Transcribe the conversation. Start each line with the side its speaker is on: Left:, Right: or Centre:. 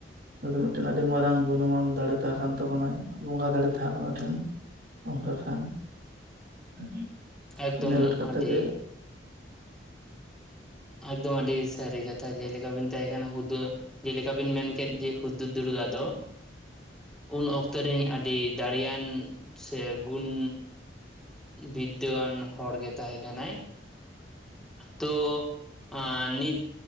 Right: ᱩᱱᱤᱩᱭ ᱫᱚ ᱢᱤᱫᱴᱮᱱ ᱟᱹᱰᱤ ᱢᱟᱨᱟᱝ ᱜᱩᱱᱚᱢᱟᱱ ᱫᱟᱲᱮ ᱛᱟᱦᱮᱸ ᱠᱟᱱ ᱛᱟᱵᱚᱱᱟᱭ ᱵᱚᱸᱜᱟ ᱫᱟᱲᱮ ᱛᱟᱦᱮᱸ ᱠᱟᱱᱟ ᱩᱱᱤ ᱴᱷᱮᱱ᱾ ᱚᱱᱠᱟ ᱠᱷᱟᱱ <inaudible>
Centre: ᱮᱠᱫᱚᱢ
Right: ᱤᱱᱟᱹ ᱞᱮᱠᱟ
Centre: ᱟᱹᱰᱤ
Right: ᱛᱮᱜᱮ
Centre: ᱮᱠᱫᱚᱢ ᱟᱹᱰᱤ ᱥᱟᱹᱨᱤ ᱠᱟᱛᱷᱟ ᱡᱮᱞᱮᱠᱟ ᱵᱤᱱ ᱛᱟᱦᱮᱸ ᱠᱟᱱᱟ ᱦᱩᱫᱟ. ᱡᱮᱞᱮᱠᱟ ᱵᱤᱱ ᱢᱮᱱ ᱠᱮᱫ ᱡᱮ ᱦᱩᱫᱽᱫᱩᱲ ᱫᱩᱨᱜᱟ ᱫᱚ ᱩᱱ ᱚᱠᱛᱚ ᱨᱮ ᱟᱹᱰᱤ ᱫᱟᱲᱮᱭᱟᱱ ᱥᱮ ᱜᱩᱱ ᱵᱤᱫᱽᱫᱟᱹᱣᱟᱱ ᱦᱚᱲ ᱜᱮ ᱛᱟᱦᱮᱸ ᱠᱟᱱᱟᱭ᱾ ᱛᱚ ᱟᱸ ᱱᱤᱛ